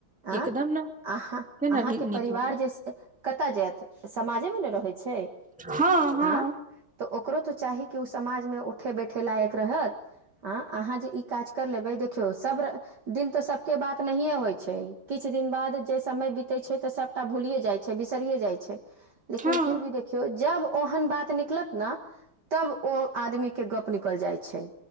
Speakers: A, on the right; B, in the centre.
A: आ
B: एकदम ने
A: अहाँ
B: केना
A: अहाँकेँ
B: नीक
A: परिवार
B: लागत
A: जेसे कतऽ जायत समाजे मे ने रहै छै
B: हँ हँ
A: आँ ओकरो तऽ चाही कि ओ समाजमे उठे बैठे लायक रहत आ अहाँ जे ई काज कर ले बेइ देखियौ सभ दिन तऽ सभके बात नहि होई छै किछु दिन बाद जे समय बीते छै तऽ सभ भूलियए जाई छै बिसरिए जाई छै लेकिन
B: हँ
A: फिर भी देख देखियो जब ओहन बात निकलत ने तब ओ आदमी के गप निकल जाई छै छैय